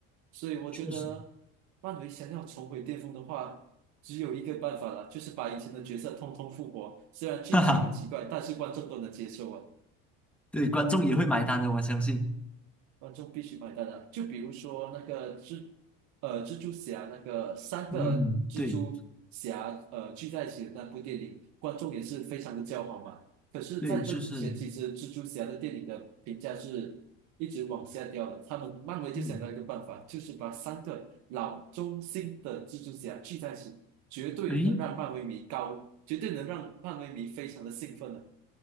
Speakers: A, on the right (about 65°); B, in the centre.
A: 所以我觉得，
B: 确实，
A: 漫威想要重回巅峰的话，只有一个办法了，就是把以前的角色通通复活。虽然剧情很奇怪，
B: <laughs> 哈哈，
A: 但是观众都能接受啊。
B: 对，观众也会买单的，我相信。
A: 观众必须买单的。就比如说那个蜘，呃，蜘蛛侠那个三个蜘蛛侠呃聚在一起的那部电影，
B: 嗯，对
A: 观众也是非常的叫好嘛。可是在这之前，
B: 对，就是
A: 其实蜘蛛侠的电影的评价是一直往下掉的。他们漫威就想到一个办法，
B: 嗯，
A: 就是把三个老中心的蜘蛛侠聚在一起，绝对能让漫威迷高，
B: 诶
A: 绝对能让漫威迷非常的兴奋的。